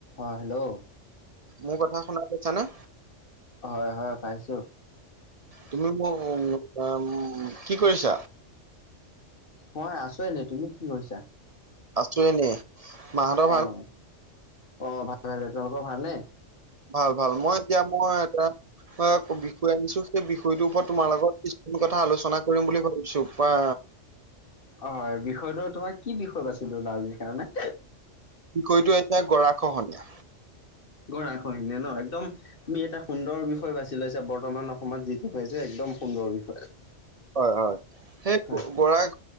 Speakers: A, on the left (about 45°); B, on the right (about 60°).
A: অহ, hello.
B: মোৰ কথা শুনা পাইছানে?
A: হয় হয় পাইছো।
B: তুমি মোক <unintelligible> কি কৰিছা?
A: মই আছো এনেই, তুমি কি কৰিছা?
B: আছোঁ এনেই। মাহঁতৰ ভাল?
A: অঁহ অঁহ ভাল ভাল, তোমালোকৰ ভাল নে?
B: ভাল ভাল মই এতিয়া মই এটা বিষয় আনিছো, সেই বিষয়টোৰ ওপৰত তোমাৰ লগত কিছুমান কথা আলোচনা কৰিম বুলি ভাবিছোঁ বা
A: অহ, হয়। বিষয়টো তোমাৰ কি বিষয় বাছি ল'লা আজিৰ কাৰণে।
B: বিষয়টো এ হৈছে, গৰাখহনীয়া।
A: গৰাখহনীয়া ন' একদম তুমি এটা সুন্দৰ বিষয় বাছি লৈছা। বৰ্তমান অসমত যিটো হৈছে একদম সুন্দৰ বিষয়।
B: হয়, হয়। সেই
A: হয়
B: গৰাখ